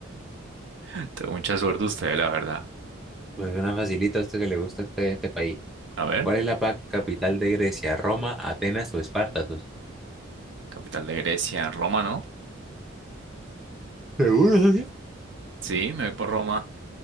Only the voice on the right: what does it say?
Entonces, mucha suerte usted, la verdad.
A ver,
capital de Grecia, Roma, ¿no?
Sí, me voy por Roma.